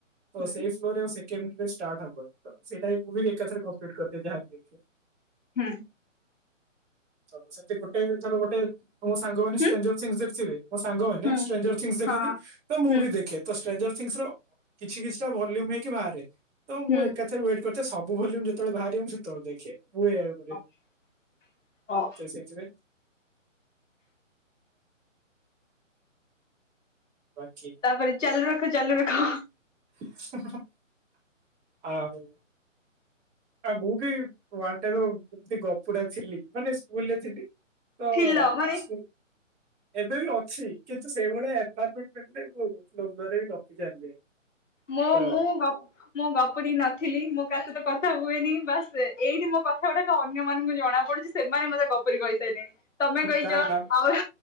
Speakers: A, on the right; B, on the left.
A: ଓ
B: ହୁଁ
A: ସେଇଫ୍ ଫ୍ଲୋରେ ଓ ସେକେଣ୍ଡ୍ ରେ ଷ୍ଟାର୍ଟ ହବ ତ ସେଇଟା ଇ ମୁଭିଙ୍ଗ୍ ଏକାଥରେ କମ୍ପ୍ଲିଟ୍ କରିଦିଏ ଯାହା ମୁଁ ଦେଖେ।
B: ହୁଁ।
A: ତ ସେମିତି ଗୋଟେ ଧର ଗୋଟେ ମୋ ସାଙ୍ଗମାନେ
B: ହୁଁ
A: ଷ୍ଟ୍ରେଞ୍ଜର୍ ଥିଙ୍ଗସ୍ ଦେଖୁଥିବେ ମୋ ସାଙ୍ଗମାନେ
B: ହୁଁ
A: ଷ୍ଟ୍ରେଞ୍ଜର୍ ଥିଙ୍ଗସ୍ ଙ୍ଗସ
B: ହଁ
A: ଦେଖନ୍ତି ତ ମୁଁ
B: ହୁଁ
A: ବି ଦେଖେ। ତ ଷ୍ଟ୍ରେଞ୍ଜର୍ ଥିଙ୍ଗସ୍ ର କିଛି କିଛିଟା ଭଲ୍ୟୁମ ହେଇକି ବାହାରେ ତ ମୁଁ
B: ହୁଁ
A: ଏକାଥରେ ୱେଟ୍ କର୍ ତ ସବୁ ଭଲ୍ୟୁମ ଯେତବେଳେ ବାହାରେ ମୁଁ ସେତବେଳେ ଦେଖେ ମୁଁ <unintelligible>
B: ହଁ।
A: ସେଥିପାଇଁ ପାଛି
B: ତାପରେ ଚାଲୁ ରଖ ଚାଲୁ ରଖ।
A: ହଁ ହଁ ହ ଆଉ ଆ ମୁଁ ବି ୱାନ୍ ଟାଇପ୍ ର ଏମତି ଗପୁଡା ଥିଲି ମାନେ ସ୍କୁଲରେ ଥିଲି। ତ
B: ଥିଲ ମାନେ
A: ସ୍କୁଲ ଏବେ ବି ଅଛି କିନ୍ତୁ ସେଇଭଳିଆ ଏନଭାରମେଣ୍ଟ୍ ରେ ମୁଁ <unintelligible> ଗପି ଚାଲିଯାଏ।
B: ମୋ
A: ତ
B: ମୁଁ ଭାପ୍ ମୁଁ ଗପୁରୀ ନଥିଲି। ମୁଁ କା ସହିତ କଥା ହୁଏନି। ବାସ୍ ଏଇଠି ମୋ କଥା ଗୁଡାକ ଅନ୍ୟ ମାନଙ୍କୁ ଜଣା ପଡ଼ୁଚି। ସେମାନେ ମତେ ଗପୁରି କହିସାଇଲେଣି। ତମେ କହିଚ
A: ନା ନା
B: ଆଉ